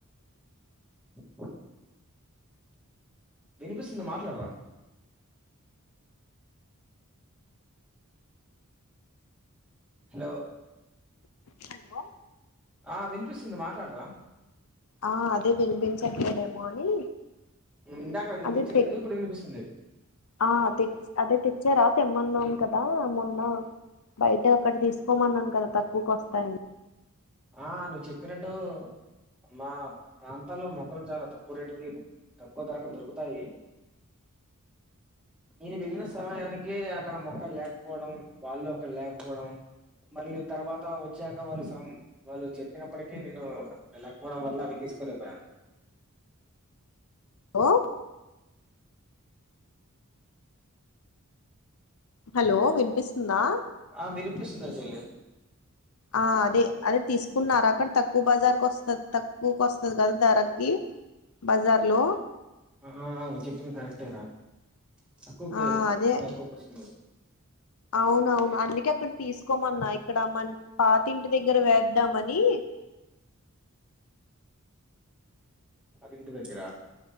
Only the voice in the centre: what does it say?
<inaudible> వినిపిస్తుంది మాట్లాడరా హలో
ఆ వినిపిస్తుంది మాట్లాడరా
ఇందాకా విపిపించలేదు
ఇప్పుడు వినిపిపస్తుంది
ఆ నువ్ చెప్పినట్టు మా ప్రాంతాల్లో మొక్కలు చాలా తక్కువ రేటుకి తక్కువ ధరకు దొరుకుతాయి నేను వెళ్ళిన సమయానికి అక్కడ మొక్కలు లేకపోవడం వాళ్ళు అక్కడ లేకపోవడం మళ్ళీ నేను తర్వాత వచ్చాక వాళ్ళు సమ్ వాళ్ళు చెప్పినప్పటికీ నేను వెళ్ళకపోవడం వల్ల అవి తీసుకోలేకపోయాను
ఆ వినిపిస్తుందా చెల్లి
ఆ నువ్వు చెప్పింది కరెక్టేరా తక్కువకే
తక్కువకే వస్తుంది
నాకింటి దగ్గర